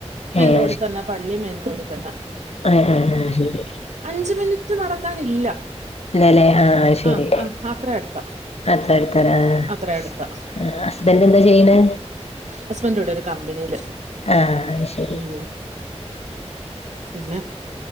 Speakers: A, on the right (about 85°); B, on the left (about 65°).
A: മെയിൻ
B: ഏഹ്
A: റോഡി തന്നാ പള്ളീം മെയിൻ റോഡി തന്നെ.
B: ഏഹ് ഏഹ് അതു ശരി.
A: അഞ്ച് മിനിറ്റ് നടക്കാനില്ല
B: ഇല്ലല്ലേ ആഹ് അത് ശരി
A: ആഹ് ആഹ് അത്രേം അടുത്താ
B: അത്ര അടുത്താല്ലേ ആഹ്
A: അത്ര അടുത്താ
B: ആഹ് ഹസ്ബൻഡ് എന്താ ചെയ്യണെ
A: ഹസ്ബൻ്റ് ഇവിടെ ഒരു കമ്പനിയില്
B: ആഹ് അത് ശരി
A: ഉം പിന്നെ